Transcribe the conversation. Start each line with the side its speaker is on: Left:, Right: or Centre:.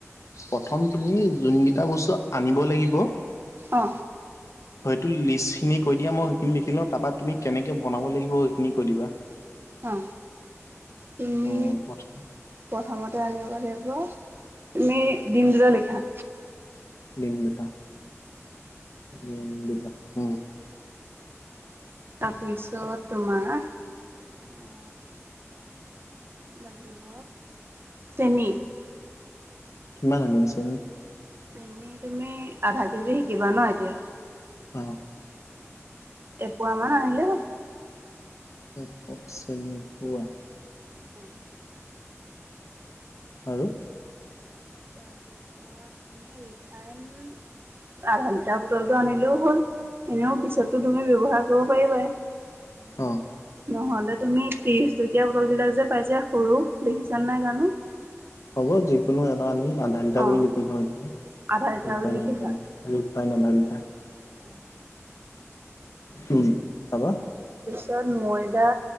Left: প্ৰথম তুমি যোনকিটা বস্তু আনিব লাগিব হয়তো
Right: অ
Left: লিষ্টখিনি কৈ দিয়া মই সেইখিনি লিখি লওঁ তাৰপা তুমি কেনেকে বনাব লাগিব সেইখিনি কৈ দিবা।
Right: অ, তুমি
Left: অ, <unintelligible>
Right: প্ৰথমতে আনিব লাগিব, তুমি দম দুটা লিখা।
Left: দিম দুটা, দিম দুটা, অ,
Right: তাৰপিছত, তোমাৰ, অ, লাগিব, চেনি।
Left: কিমান আনিম চেনি?
Right: চেনি তুমি, আধা কেজি শিকিবা ন এতিয়া?
Left: অ,
Right: এপোৱা মান আনিলেই হল।
Left: <unintelligible>
Right: <unintelligible>
Left: আৰু?
Right: তাৰপিছত তুমি ৰিফাইন আধা লিটাৰ বটলটো আনিলেও হ'ল, এনেও পিছতো তুমি ব্যৱহাৰ কৰিব পাৰিবাই।
Left: অ,
Right: নহ'লে তুমি ত্ৰিশ টকীয়া বটল বিলাক যে পাইছা সৰু, দেখিছান নাই জানো।
Left: হ'ব যিকোনো এটা আনিম আধালিটাৰ
Right: অঁ
Left: বুলি <unintelligible> ৰিফাইন
Right: আধা লিটাৰ বুলি লিখি
Left: আধা লিটাৰ।
Right: অ'।
Left: উম, হেল্ল'।
Right: <unintelligible> ময়দা